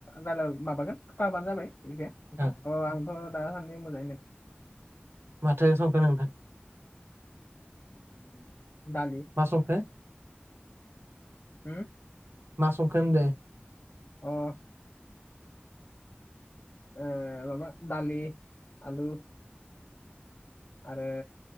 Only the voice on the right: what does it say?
ओ
माथो संखो नोंथां।
मा संखो?
मा संखो होनदो?